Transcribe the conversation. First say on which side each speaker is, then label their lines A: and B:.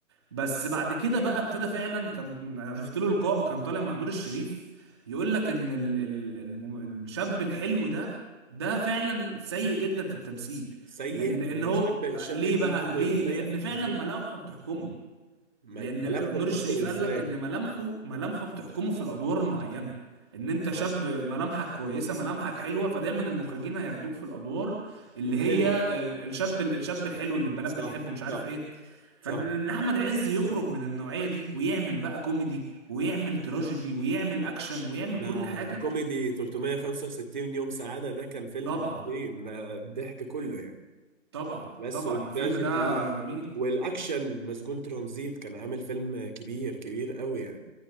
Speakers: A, on the right (about 20°); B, on the right (about 35°).
A: بس بعد كده بقى ابتدى فعلا كان انا شفت له لقاء كان طالع مع نور الشريف يقول لك ان ال... ال... الم... الشاب الحلو ده ده فعلا سيء جدا في التمثيل
B: سيء
A: يعني لان هو
B: الشاب الشاب
A: ليه
B: يكون
A: بقى
B: حلو
A: ليه
B: يبقى سيء
A: لان
B: في التمثيل
A: فعلا ملامحه بتحكمه
B: مل-
A: لان
B: ملامحه
A: نور
B: بتحكم
A: الشريف
B: ازاي
A: قال لك ان ملامحه ملامحه بتحكمه في الادوار المعينه ان انت شاب
B: اه
A: ملامحك كويسه ملامحك حلوه فدايما المخرجين هياخدوك في الادوار اللي
B: الحلوه
A: هي آه، الشاب الشاب الحلو اللي البنات
B: صح
A: بتحبه مش عارف
B: صح
A: ايه
B: صح
A: فان إن احمد عز يخرج من النوعيه دي ويعمل بقى كوميدي ويعمل تراجيدي ويعمل اكشن ويعمل
B: ده
A: كل حاجه
B: كوميدي 365 يوم سعادة ده كان فيلم
A: طبعا
B: عظيم ده الضحك كله يعني
A: طبعا
B: بس
A: طبعا
B: والتراجيدي
A: الفيلم ده
B: و...
A: جميل
B: والأكشن مسجون ترانزيت كان عامل فيلم كبير كبير قوي يعني